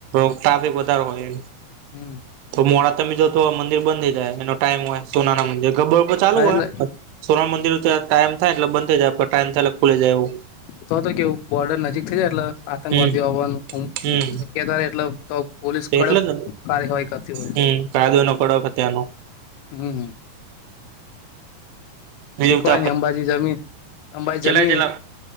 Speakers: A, on the right; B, on the left.
A: ટ્રાફિક વધારે હોય એમ.
B: હમ.
A: તો મોડા તમે જો તો મંદિર બંધ થઈ જાય એનો ટાઈમ હોય સોના ના મંદિર ગબ્બર ઉપર ચાલુ
B: હા
A: હોય.
B: એટલે
A: સોના મંદિર ટાઈમ થાય એટલે બંધ થ જાય પણ ટાઈમ થાય એટ ખુલી જાય એવું.
B: તો તો કેવું બોર્ડર નજીક થ જ એટલે આતંકવાદી
A: હમ
B: હોવાનું
A: હમ
B: શક્યતા એટલે તો. પોલીસ કડક
A: એટલે જ ને
B: કાર્યવાહી કરતી હોય,
A: હમ કાયદો એનો કડક ત્યાંનો
B: હમ હમ.
A: બીજું
B: શીખવાય
A: ત
B: નહી અંબાજી જમીન અંબાજી
A: ચેલા
B: જમીન.
A: ચેલા